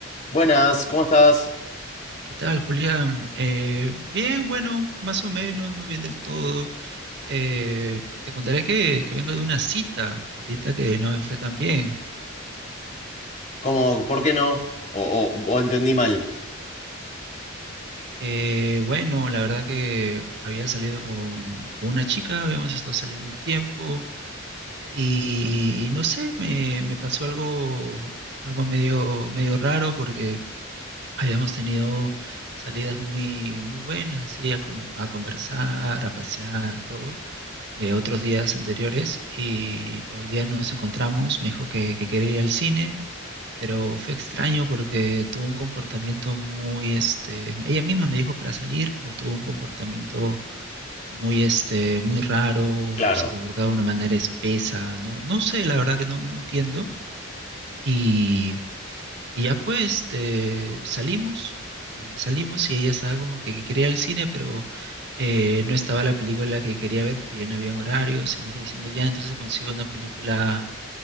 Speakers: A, on the left; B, on the right.
A: Buenas, ¿cómo estás?
B: ¿Qué tal, Julián? Eh, bien, bueno, más o menos, no bien del todo. Eh, te contaré que, que vengo de una cita, ahorita que no me fue tan bien.
A: ¿Cómo, por qué no? O, o- o entendí mal.
B: Eh, bueno, la verdad que había salido con, con una chica, habíamos estado saliendo un tiempo y, y no sé, me, me pasó algo, algo medio, medio raro porque habíamos tenido salidas muy, muy buenas, así, a, con- a conversar, a pasear, todo. eh, otros días anteriores y hoy día nos encontramos, me dijo que, que quería ir al cine, pero fue extraño porque tuvo un comportamiento muy, este, ella misma me dijo para salir, pero tuvo un comportamiento muy, este, muy raro,
A: Claro,
B: se comportaba de una manera espesa, no, no sé, la verdad que no, no entiendo. Y y ya pues este, salimos, eh, salimos y ella estaba como que, que quería ir al cine, pero eh, no estaba la película que quería ver porque ya no habían horarios y me está diciendo, ya, entonces consigo una película,